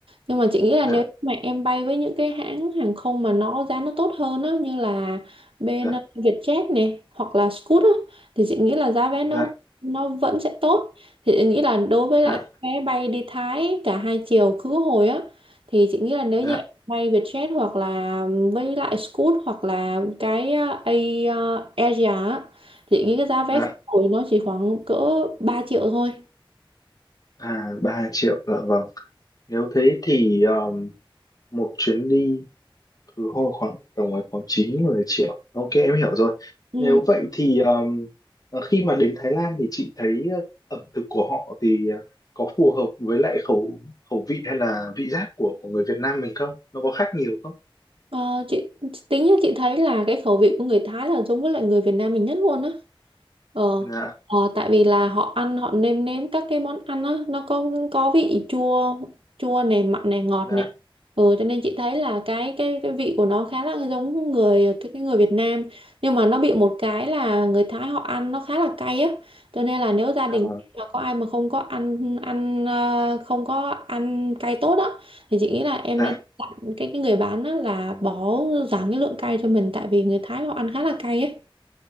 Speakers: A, on the right; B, on the left.
A: nhưng mà chị nghĩ là
B: dạ
A: nếu mà em bay với những cái hãng hàng không mà nó giá nó tốt hơn á như là bên
B: dạ
A: ờ, Vietjet này hoặc là Scoot á thì chị nghĩ là giá vé nó
B: dạ
A: nó vẫn sẽ tốt thì chị nghĩ là đối với
B: dạ
A: lại cái vé bay đi Thái cả hai chiều khứ hồi á thì chị nghĩ là nếu
B: dạ
A: như em bay Vietjet hoặc là với lại Scoot hoặc là cái ờ, A ờ, Asia á thì chị nghĩ cái giá vé
B: dạ
A: khứ hồi nó chỉ khoảng cỡ 3 triệu thôi
B: à 3 triệu dạ vâng nếu thế thì um, một chuyến đi cứ hồi khoảng tầm ấy khoảng 9 10 triệu. Ok em hiểu rồi.
A: Ừ.
B: Nếu vậy thì um, khi mà đến Thái Lan thì chị thấy uh, ẩm thực của họ thì uh, có phù hợp với lại khẩu khẩu vị hay là vị giác của của người Việt Nam mình không? Nó có khác nhiều không?
A: Ờ, chị tính là chị thấy là cái khẩu vị của người Thái là giống với lại người Việt Nam mình nhất luôn á Ờ,
B: Dạ,
A: ờ, tại vì là họ ăn họ nêm nếm các cái món ăn á nó có có vị chua chua này mặn này ngọt
B: dạ.
A: này ừ, cho nên chị thấy là cái cái cái vị của nó khá là giống người cái, cái người Việt Nam nhưng mà nó bị một cái là người Thái họ ăn nó khá là cay á cho nên là nếu gia
B: À,
A: đình mà có ai mà không có ăn ăn ờ, không có ăn cay tốt á thì chị nghĩ là em
B: dạ
A: nên dặn cái cái người bán á là bỏ giảm cái lượng cay cho mình tại vì người Thái họ ăn khá là cay ấy